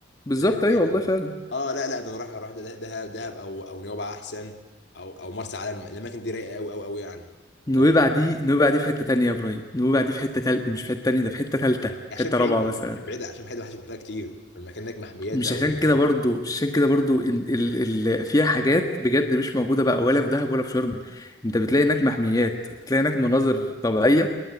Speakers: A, on the left; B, on the left.
A: بالظبط
B: لا لا
A: ايوه
B: يا
A: والله
B: عم
A: فعلا
B: اه لا لا ده انا رايح اروح ده- ده- دهب دهب او او نويبع احسن او او مرسى علم الاماكن دي رايقه قوي قوي قوي يعني
A: نويبع
B: طب
A: دي نويبع دي في حته تانية يا ابراهيم نويبع دي في حته تالت مش في حته تانية ده في حته تالته في
B: عشان
A: حته
B: بعيده
A: رابعه مثلا
B: عشان بعيده عشان بعيده محدش بيروح لها كتير المكان هناك محميات
A: مش
B: بقى
A: عشان
B: و-
A: كده برضو مش عشان كده برضو ال ال ال فيها حاجات بجد مش موجودة بقى ولا في دهب ولا في شرم انت بتلاقي هناك محميات بتلاقي هناك مناظر طبيعية